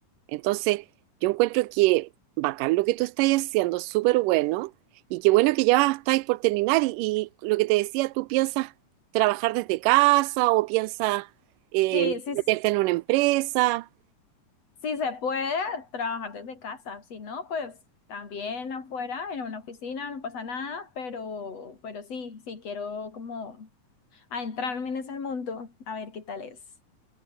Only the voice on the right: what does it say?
Entonces, yo encuentro que bacán lo que tú estás haciendo, súper bueno, y qué bueno que ya estáis por terminar y, y lo que te decía, tú piensas trabajar desde casa o piensas eh,
meterte en una empresa.